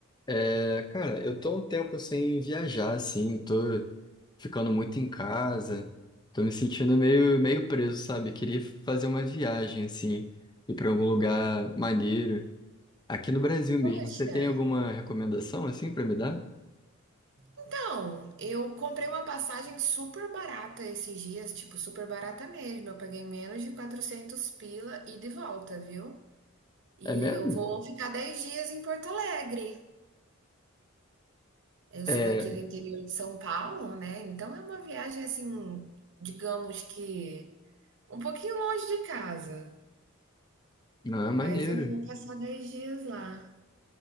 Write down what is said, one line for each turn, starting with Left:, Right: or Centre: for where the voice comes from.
Left: É, cara, eu tô um tempo sem viajar, assim, eu tô ficando muito em casa, tô me sentindo meio, meio preso, sabe? Queria fazer uma viagem, assim, ir pra algum lugar maneiro, aqui no Brasil mesmo.
Right: Poxa,
Left: Você tem alguma recomendação, assim, pra me dar?
Right: então, eu comprei uma passagem super barata esses dias, tipo, super barata mesmo. Eu paguei menos de 400 pila e de volta, viu? E
Left: É mesmo?
Right: eu vou ficar 10 dias em Porto Alegre. Eu
Left: É,
Right: sou daqui do interior de São Paulo, né? Então é uma viagem assim, digamos que um pouquinho longe de casa,
Left: não, é
Right: mas
Left: maneiro.
Right: eu vou passar 10 dias lá.